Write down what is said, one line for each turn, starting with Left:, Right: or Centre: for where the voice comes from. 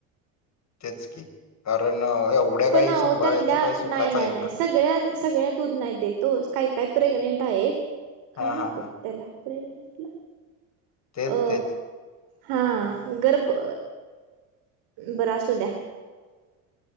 Left: तेच की कारण एवढ्या
Right: पण
Left: काही
Right: अहो
Left: सांभाळायचं
Right: त्यातल्या
Left: काही सूकाच
Right: नाही नाही
Left: आहे
Right: नाही
Left: का
Right: सगळ्या सगळ्या दूध नाही दे ओ काही काय प्रेग्नेंट आहेत
Left: हां,
Right: काय म्हणतात
Left: हां, हां.
Right: त्याला प्रेग्नंटला
Left: तेच
Right: अ
Left: तेच.
Right: हा गर्ब बरं असू द्या